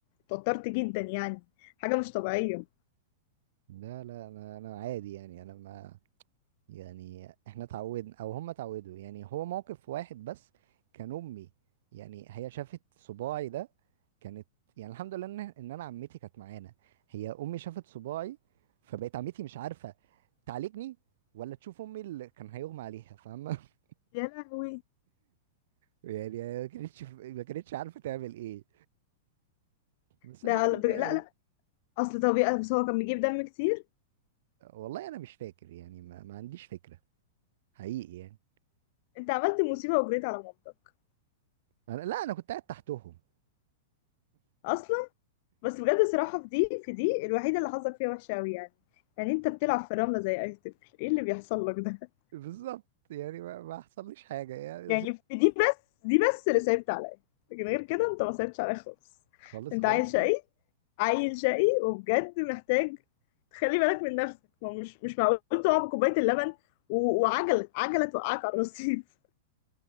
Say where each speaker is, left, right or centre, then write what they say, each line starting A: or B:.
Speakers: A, on the left; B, on the right.
A: اتوترت جدا يعني حاجه مش طبيعيه
B: لا لا انا انا عادي يعني انا ما يعني احنا اتعودنا او هم اتعودوا يعني هو موقف واحد بس كان امي يعني هي شافت صباعي ده كانت يعني الحمد لله ان ان انا عمتي كانت معانا هي امي شافت صباعي فبقت عمتي مش عارفه تعالجني ولا تشوف امي اللي كان هيغمى عليها فاهمه <laughs>
A: يا لهوي
B: يعني ما كانتش ما كانتش عارفه تعمل ايه بس
A: ده
B: الحمد لله
A: لا
B: يعني.
A: لا اصل طبيعي بس هو كان بيجيب دم كتير
B: والله انا مش فاكر يعني ما, ما عنديش فكره حقيقي يعني
A: انت عملت مصيبه وجريت على مامتك
B: أنا لا انا كنت قاعد تحتهم
A: اصلا بس بجد الصراحه في دي في دي الوحيده اللي حظك فيها وحشه قوي يعني يعني انت بتلعب في الرمله زي اي طفل ايه اللي بيحصل لك ده
B: بالظبط يعني ما, ما حصليش حاجه يعني
A: يعني في دي بس دي بس اللي صعبت عليا لكن غير كده انت ما صعبتش عليا خالص
B: خالص
A: انت
B: خالص
A: عيل شقي
B: يعني
A: عيل شقي وبجد محتاج تخلي بالك من نفسك ما هو مش مش معقول تقع بكوباية اللبن و- وعجلة عجلة توقعك على الرصيف